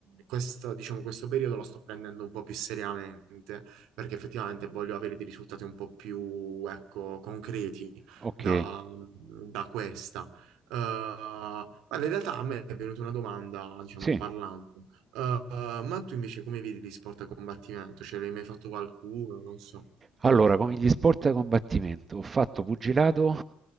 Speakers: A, on the right; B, on the right.
A: questo, diciamo, questo periodo lo sto prendendo un po' più seriamente perché effettivamente voglio avere dei risultati un po' più, ecco, concreti
B: ok,
A: da, da questa. Eh, guarda, in realtà a me è venuta una domanda, diciamo,
B: sì,
A: parlando. Eh, ma tu invece come vedi gli sport a combattimento? Ce l'hai mai fatto qualcuno? Non so.
B: Allora, come gli sport da combattimento, ho fatto pugilato